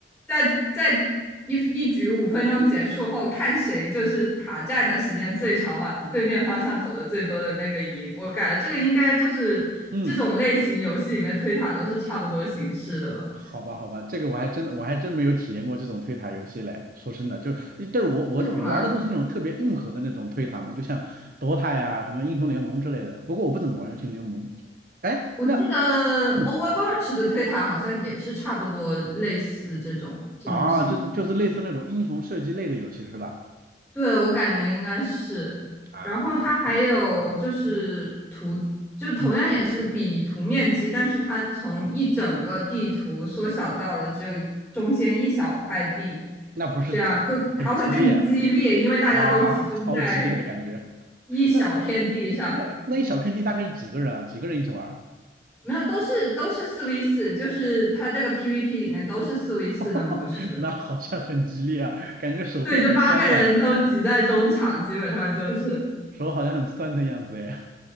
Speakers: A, in the centre; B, on the right.
A: 再再一一局五分钟结束后，看谁就是塔站的时间最长，往对面方向走的最多的那个赢。我感觉这个应该就是这种类型游戏里面推塔都是差不多形式的了。
B: <laughs> 嗯。好吧，好吧，这个我还真我还真没有体验过这种推塔游戏嘞。说真的，就但是我我我玩的都是那种特别硬核的那种推塔嘛，
A: 真的吗？
B: 就像 DOTA 呀、什么英雄联盟之类的。不过我不怎么玩英雄联盟。哎，
A: 我记得
B: 那嗯
A: Overwatch 的推塔好像也是差不多类似这种这种形式。
B: 啊，就就是类似那种英雄射击类的游戏是吧？
A: 对，我感觉应该是。
B: 啊，
A: 然后它还有就是图，
B: 可惜了，可惜了
A: 就同样也是比图面积，
B: 嗯，
A: 但是它从一整个地图缩小到了只有中间一小块地，
B: 那不是
A: 这样就它会更激烈，
B: 很激烈啊，
A: 因为大家都集中在
B: 啊超激烈的感觉。
A: 一小片地上。
B: 那那那一小片地大概是几个人啊？几个人一起玩儿？
A: 没有，都是都是四 v 四，就是它这个 PVP 里面都是四 v 四的模式。
B: <laughs> 那好像很激烈啊，感觉手会摁酸的。
A: 对，就八个人都挤在中场，基本上就是。
B: 手好像很酸的样子哎。